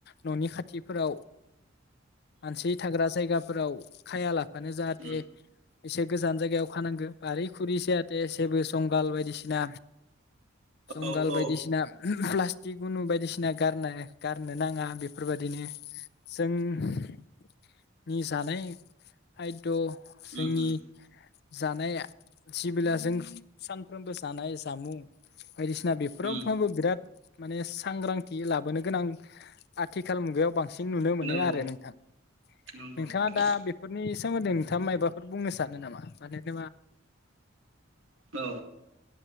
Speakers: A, on the left (about 55°); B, on the right (about 85°).
A: ननि खाथिफोराव मानसि थाग्रा जायगाफोराव खाया लाफानो जाहाथे
B: उम
A: एसे गोजान जायगायाव खानांगौ फारि खुलि जाहाथे जेबो जंगाल बायदिसिना जुंगाल
B: औ
A: बायदिसिना
B: औ
A: प्लास्टिक गुनु बायदिसिना गारना गारनो नांङा बेफोरबायदिनो जोंनि जानाय खायद जोंनि
B: उम-उम
A: जानाय सिबिला जों सानफ्रोमबो जानाय जामुं बायदिसिना बेफोरावफ्रामबो
B: उम
A: बिराद माने सांग्रांथि लाबोनो गोनां आथिखाल मुगायाव बांसिन बांसिन नुनो मोनो
B: नंगौ
A: आरो नोंथां
B: नंगौ
A: नोंथाङा
B: नंगौ
A: दा बेफोरनि सोमोन्दै थाङा माबाफोर बुंनो सानो नामा माने <inaudible>
B: औ